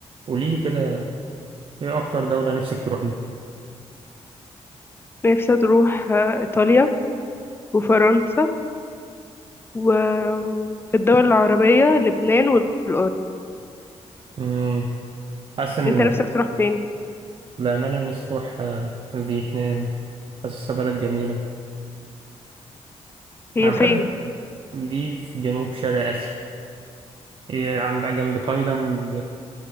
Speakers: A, on the right (about 50°); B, on the left (about 20°).
A: قولي لي كده ايه اكتر دولة نفسك تروحيها
B: نفسي تروح آه، إيطاليا وفرنسا وفي الدول العربية لبنان والأردن
A: امم حاسس ان
B: أنت نفسك تروح فين؟
A: بأمانة نفسي اروح آه، فيتنام حاسسها بلد جميلة
B: هي
A: انا بحب
B: فين؟
A: دي في جنوب شرق اسيا إيه عندها جنب تايلاند